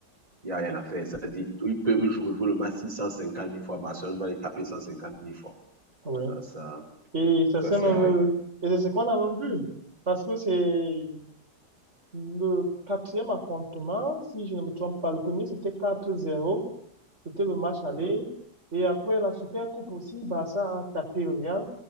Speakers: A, on the right; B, on the right.
A: Il n'y a rien à faire. Ça dit, ils peuvent jouer, jouer le match six cent cinquante mille fois. Barcelone va les taper cent cinquante mille fois.
B: oui.
A: Ça, ça,
B: Et ça
A: ça
B: c'est
A: sert
B: même,
A: à rien.
B: et c'est ce qu'on a même vu. Parce que c'est le quatrième affrontement, si je ne me trompe pas. Le premier, c'était quatre zéro C'était le match aller.
A: Mhm.
B: Et après la Super Coupe aussi, Barça a tapé le Real.